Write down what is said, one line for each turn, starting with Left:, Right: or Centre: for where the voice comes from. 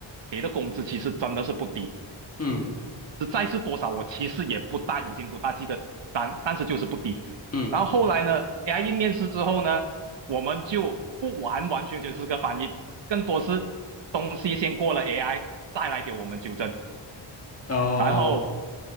Right: 给的工资其实真的是不低。
Left: 嗯
Right: 实在是多少我其实也不大，已经不大记得，但但是就是不低。
Left: 嗯，
Right: 然后后来呢，AI 面试之后呢，我们就不完完全全是个翻译，更多是东西先过了 AI，再来给我们纠正。
Left: 哦
Right: 然后